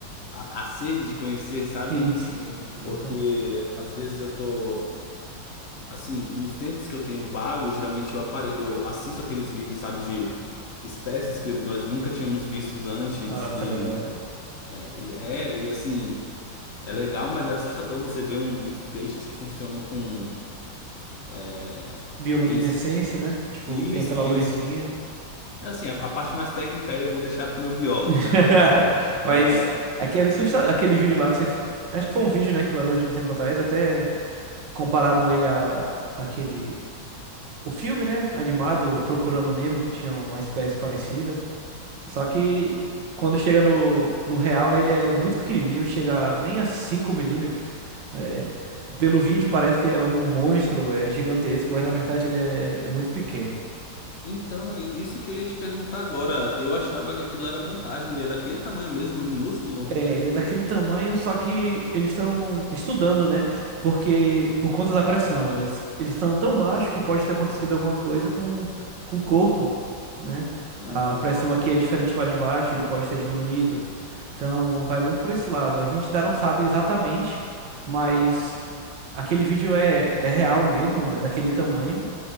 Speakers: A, on the left (about 50°); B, on the right (about 65°).
A: a, a sede de conhecer, sabe?
B: Sim, sim, exatamente.
A: Porque às vezes eu tô assim, nos tempos que eu tenho vago, geralmente eu apare... eu assisto aqueles vídeos, sabe, de espécies que nós nunca tínhamos vistos antes
B: Nossa,
A: e
B: é legal.
A: é, e é, e, assim, É legal, mas é assustador você ver um- uns peixes que funcionam com. é,
B: Bioluminescência,
A: que eles,
B: né? Tipo,
A: isso,
B: tem aquela
A: que
B: luzinha.
A: eles. é Assim, a, a parte mais técnica aí eu vou deixar pro meu biólogo,
B: <laughs>
A: né? Mas.
B: Mas
A: é,
B: aqui é assustador. Aquele vídeo lá que você. Acho que foi um vídeo, né, que vazou de um tempo atrás, até. compararam ele a aquele o filme, né, animado Procurando Nemo que tinha uma espécie parecida. Só que quando chega no, no real, né, ele é muito pequenininho, chega nem a 5 milímetros. É, pelo vídeo parece que é um monstro, é gigantesco, mas na verdade ele é, é muito pequeno.
A: então, i- isso que eu ia te perguntar agora. Eu achava que aquilo era montagem, ele é daquele tamanho mesmo, minúsculo.
B: É, ele é daquele tamanho, só que eles estão estudando, né? Porque por conta da pressão, eles eles estão tão baixo que pode ter acontecido alguma coisa com, com o corpo, né?
A: Ah,
B: A pressão aqui é diferente lá de baixo, ele pode ter diminuído. Então, vai muito por esse lado. A gente ainda não sabe exatamente, mas aquele vídeo é, é real mesmo, é daquele tamanho,